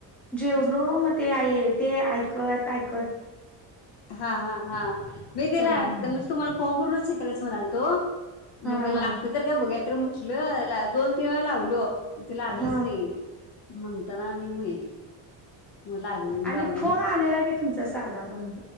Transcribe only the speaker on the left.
हा हा हा मी तेला
म्ह तुम्हाला फोन करूनच. तिकडच म्हणालतो.
मग
लागत तर काय बघा. म्हटलं दोन तीन वेळा लावलो. त लागलच
नाही. म्हणताना आणि मग हे केलं. मग लागल
लावलो